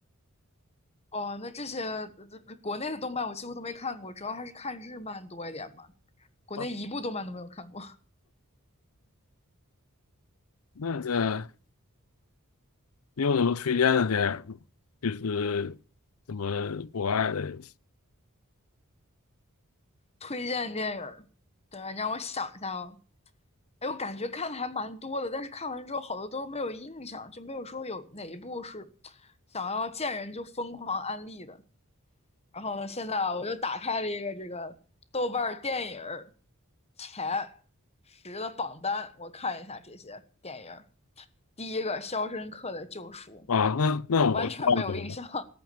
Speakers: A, on the left; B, on the left.
A: 哦，那这些呃国内的动漫我几乎都没看过，主要还是看日漫多一点吧。国内一部动漫都没有看过。
B: 啊。那这你有什么推荐的电影吗？就是什么国外的
A: 推荐电影儿，等下你让我想一下哦。哎，我感觉看的还蛮多的，但是看完之后好多都没有印象，就没有说有哪一部是想要见人就疯狂安利的。然后呢，现在啊，我又打开了一个这个豆瓣儿电影儿前十的榜单，我看一下这些电影儿。第一个《肖申克的救赎》，
B: 啊？那那我看过了，
A: 完全没有印象，